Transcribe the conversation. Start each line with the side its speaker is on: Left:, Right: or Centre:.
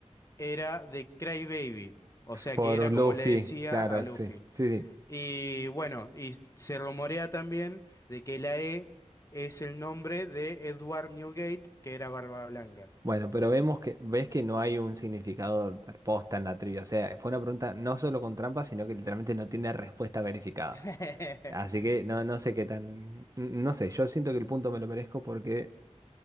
Left: era de Crybaby, o sea,
Right: Por
Left: que era como
Right: Luffy,
Left: le decía
Right: claro,
Left: a Luffy.
Right: sí. Sí, sí.
Left: Y bueno, y se rumorea también de que la E es el nombre de Edward Newgate, que era Barba Blanca.
Right: Bueno, pero vemos que, ves que no hay un significado de posta en la trivia. O sea, fue una pregunta no solo con trampa, sino que literalmente no tiene respuesta verificada.
Left: <laughs>
Right: Así que no, no sé qué tan. No sé, yo siento que el punto me lo merezco porque